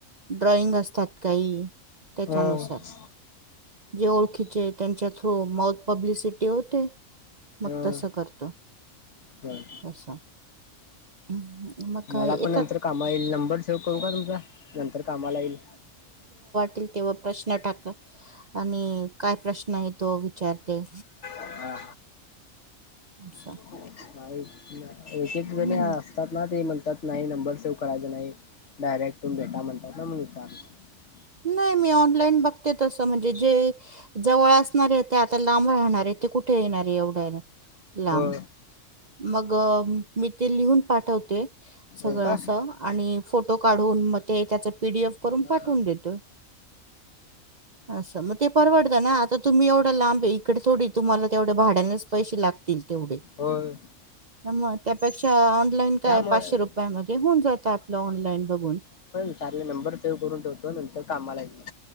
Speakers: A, on the right (about 45°); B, on the left (about 60°).
A: ड्रॉइंग असतात काही त्याच्यानुसार
B: हाच
A: जे ओळखीचे त्यांच्या थ्रू माऊथ पब्लिसिटी होते. मग
B: ह
A: तस करतो
B: बर
A: असं <unintelligible>
B: मला
A: येतात
B: पण नंतर कामा येईल, नंबर सेव करू काय तुमचा? नंतर कामाला येईल.
A: तील तेव्हा प्रश्न टाक. <unintelligible> आणि काय प्रश्न आहे तो विचारते.
B: हा
A: असं
B: <unintelligible> एक एक
A: हम्म
B: जणे असतात ना ते म्हणतात. नाही नंबर सेव्ह करायचा नाही, डायरेक्ट तुम्ही भेटा म्हणतात ना म्हणून विचारलो.
A: नाई मी ऑनलाईन बघते तसं म्हणजे जे जवळ असणारे ते आता लांब राहणारे ते कुठे येणारे एवढ्या लांब
B: हो
A: मग मी ते लिहून पाठवते. सगळं
B: हो का
A: असं आणि फोटो काढून म ते त्याचं पी डी एफ करून
B: ह हा
A: पाठवून देतोय. असं मग ते परवडत ना, आता तुम्ही एवढया लांब ए इकड थोडी तुम्हाला तेवढ्या भाड्यानच पैसे लागतील तेवढे
B: होय
A: मग त्यापेक्षा ऑनलाईन काय
B: त्यामुळे
A: पाचशे रुपयामध्ये होऊन जात आपलं ऑनलाइन बघून
B: कार्य नंबर सेव्ह करून ठेवतो नंतर कामाला येईल.